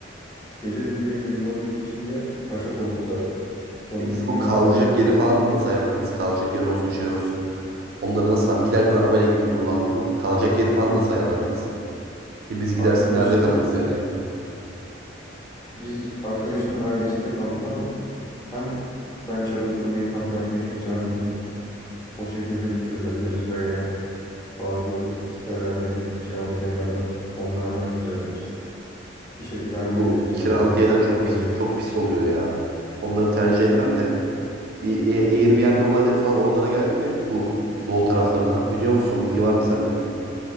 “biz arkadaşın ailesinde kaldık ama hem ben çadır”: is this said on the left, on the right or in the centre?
Left